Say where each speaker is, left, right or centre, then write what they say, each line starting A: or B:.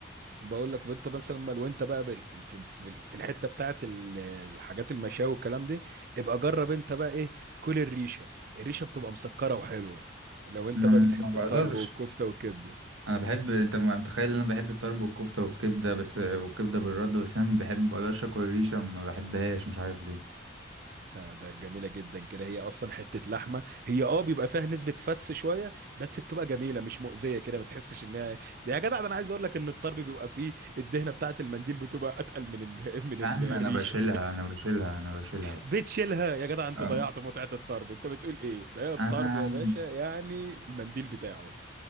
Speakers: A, on the right; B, on the right.
A: بقول لك وانت مثلا ما- وانت بقى بال- في في- في الحته بتاعت ال- الحاجات المشاوي والكلام دي ابقى جرب انت بقى ايه كل الريشه الريشه بتبقى مسكره وحلوه لو انت
B: انا
A: بقى بتحب
B: ما بقدرش
A: الطرب والكفته والكبده
B: انا بحب انت ما متخيل ان انا بحب الطرب والكفته والكبده بس والكبده بالرده بس انا بحب ما بقدرش اكل الريشه ما بحبهاش مش عارف ليه
A: ده ده جميلة جدا كده هي أصلا حتة لحمة هي اه بيبقى فيها نسبة فتس شوية بس بتبقى جميلة مش مؤذية كده ما تحسش إنها ده يا جدع ده أنا عايز أقول لك إن الطرب بيبقى فيه الدهنة بتاعة المنديل بتبقى أتقل من ال... <laughs> من
B: يا
A: الريشة
B: عم انا بشيلها انا بشيلها انا بشيلها
A: بتشيلها يا جدع أنت
B: اه
A: ضيعت متعة الطرب أنت بتقول إيه ده الطرب
B: انا
A: يا باشا يعني المنديل بتاعه